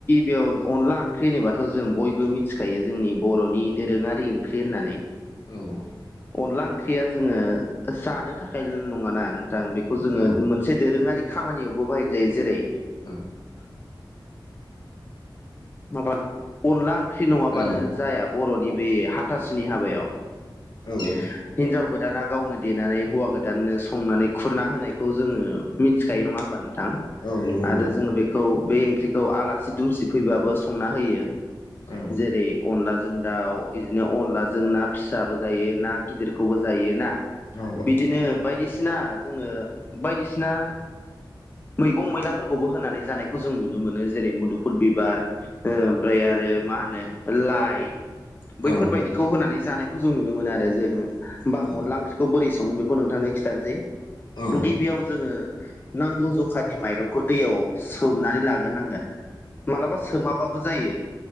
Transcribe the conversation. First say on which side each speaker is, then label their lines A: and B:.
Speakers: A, on the left; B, on the left.
A: बेयर अनला ओंख्रि होनोबाथ' जों बयबो मिथिखायो जोंनि बर'नि दोरोङारि ओंख्रि होननानै
B: औ
A: अनला ओंख्रिया जोंङो जानो थाखायल' नङाना नोंथां बेखौ जोंङो
B: औ
A: ससे दोरोङारि खामानियावबो बाहायनाय जायो जेरै
B: औ
A: माबा अनला ओंख्रि नङाबानो
B: औ
A: जाया बर'नि बे हा हाबायाव
B: औ
A: हिनजाव गोदाना गावनो देनानै हौवा गोदाननो संनानै खुरना होनायखौ जोंङो मिथिखायो नङा होमबा नोंथां
B: औ नंगौ
A: आरो
B: नोंथां
A: जोंङो बेखौ बे ओंख्रिखौ आलासि दुमसि फैबाबो संना होयो।
B: औ
A: जेरै अनलाजों दाउ बिदिनो अनलाजों ना फिसाबो जायो ना गिदिरखौबो जायो ना
B: औ
A: बिदिनो बायदिसिना जोंङो बायदिसिना मैगं मैलाफोरखौबो होनानै जानायखौ जों नुनो मोनो जेरै मुदुफ फुल बिबार ओमफ्राय आरो मा होनो लाइ बैफोरबायदिखौ
B: औ
A: होनानै जानायखौ जों नुनो मोनो आरो जोंङो होमबा
B: औ
A: अनला ओंख्रि खौ बोरै सो बेखौ नोंथांनो खिथानोसै
B: औ
A: गिबियाव जोंङो नांगौ जखानि माइरंखौ दैयाव सोमनानै लाग्रोनांगोन मालाबा सोमाबाबो जायो